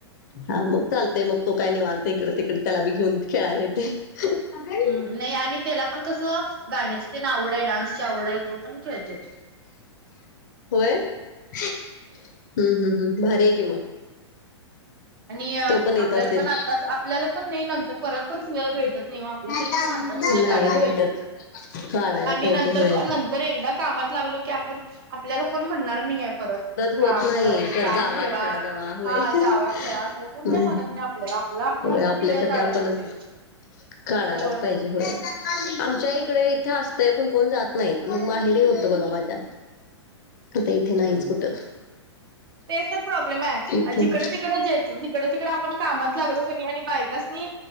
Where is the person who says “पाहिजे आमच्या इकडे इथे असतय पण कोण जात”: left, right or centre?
Left